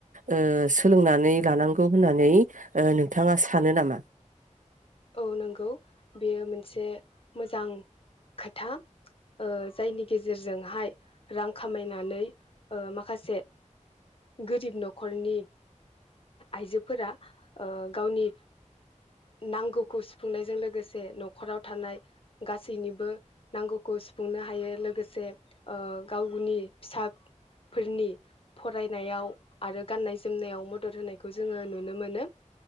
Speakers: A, on the right (about 75°); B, on the left (about 45°).
A: ओ सोलोंनानै लानांगौ होननानै नोंथाङा सानो नामा?
B: औ नंगौ बेयो मोनसे मोजां खोथा ओ जायनि गेजेरजोंहाय रां खामायनानै ओ माखासे गोरिब न'खरनि आइजोफोरा ओ गावनि नांगौ खौ सुफुंनायजों लोगोसे न'खराव थानाय गासैनिबो नांगौखौ सुफुंनो हायो लोगोसे ओ गावनि फिसाफोरनि फरायनायाव आरो गाननाय जोमनायाव मदद होनायखौ जोङो नुनो मोनो।